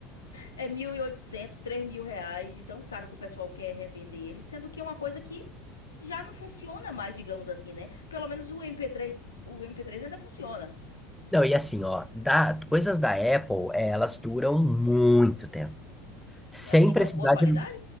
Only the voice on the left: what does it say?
é 1.800, três mil reais, de tão caro que o pessoal quer revender ele, sendo que é uma coisa que já não funciona mais, digamos assim, né? Pelo menos o mp três, o mp três ainda funciona.
Não é assim
tão boa qualidade?